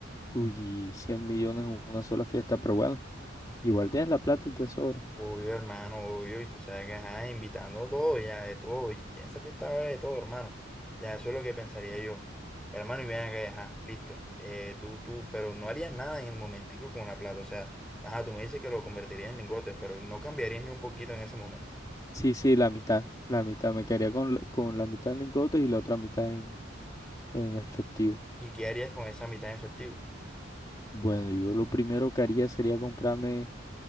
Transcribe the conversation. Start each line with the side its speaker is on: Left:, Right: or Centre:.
Left: Uy, cien millones en una sola fiesta, pero bueno, igual tienes la plata y te sobra.
Centre: Obvio, hermano, obvio, y tú sabes que, ajá, invitando a todo, ya de todo, y esa fiesta va a haber de todo, hermano. Ya eso es lo que pensaría yo. Hermano, y ven acá, y ajá, listo. Eh, tú, tú, pero no harías nada en el momentico con la plata, o sea, ajá, tú me dices que lo convertirías en lingotes, pero no cambiarías ni un poquito en ese momento.
Left: Sí, sí, la mitad, la mitad. Me quedaría con, la- con la mitad en lingotes y la otra mitad en, en efectivo.
Centre: ¿Y qué harías con esa mitad en efectivo?
Left: Bueno, yo lo primero que haría sería comprarme